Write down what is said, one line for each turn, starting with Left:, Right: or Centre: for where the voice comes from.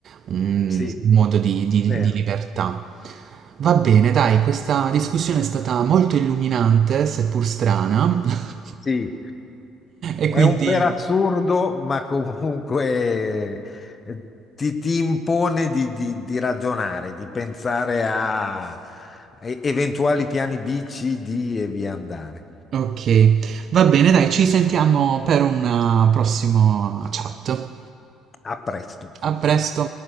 Right: un
Left: Sì,
Right: modo di, di-
Left: vero.
Right: di libertà. Va bene, dai, questa discussione è stata molto illuminante, seppur strana. <laughs>
Left: Sì.
Right: E
Left: È
Right: quindi,
Left: un per assurdo, ma comunque eh, ti, ti impone di, di- di ragionare, di pensare a e- eventuali piani B, C, D e via andare.
Right: ok, va bene, dai, ci sentiamo per una prossima chat.
Left: A presto.
Right: A presto!